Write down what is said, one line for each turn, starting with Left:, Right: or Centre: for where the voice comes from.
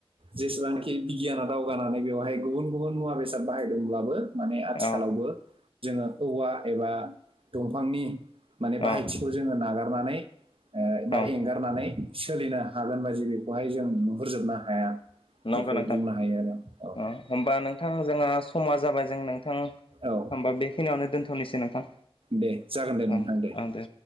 Right: जेसेबांखि बिगियाना दावगानानै बेवहाय गुबुन गुबुन मुवा बेसाद बाहायदोंब्लाबो माने आथिखालावबो
Left: औ
Right: जोङो औवा एबा दंफांनि माने बाहायथिखौ
Left: औ
Right: जोङो नागारनानै ओ बा
Left: औ
Right: एंगारनानै सोलिनो हागोन बायदि बेखौहाय जों नुहुरजोबनो हाया।
Left: नांगौ
Right: बेखौ
Left: नोंथां
Right: बुंनो हायो आरो औ
Left: अ होमबा नोंथां जोंहा समा जाबाय जों नों थां
Right: औ
Left: ओमबा बेखिनियावनो दोन्थ'नोसै नोंथां
Right: दे जागोन दे
Left: औ
Right: नोंथां
Left: औ दे